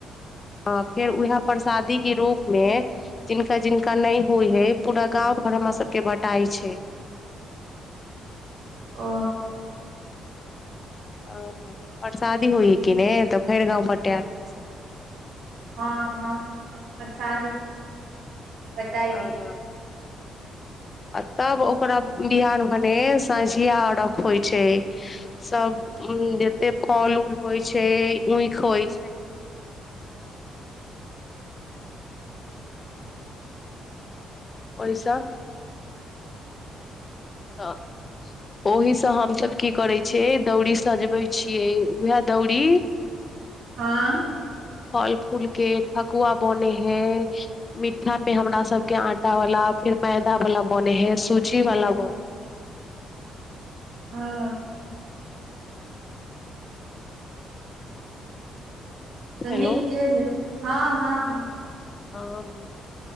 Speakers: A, on the left; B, on the right.
A: हँ फेर उएह परसादीे रूपमे जिनका जिनका नहि होइ हइ पूरा गाँव घर हमरा सभके बँटाइ छै
B: ओ
A: ह परसादी होइ ह कि ने तऽ भेर गाँव बटायत
B: हँ हँ प्रसादी बताएके
A: हँ आ तब ओकरा बिहान भने सझिया अरघ होइ छै सब जेतेक फल ऊल होइ छै ऊइख होइ छै ओइस तऽ ओहीसँ हमसभ की करै छियै दौरी सजबै छियै उएह दौरी
B: हँ
A: फल फूल के ठकुआ बने है मिठा में हमरा सबके आटा वाला फेर मैदा वाला बने है सुूजी वाला बने हय ब
B: हँ त
A: हेलो
B: नीके हे हँ हँ हँ
A: हँ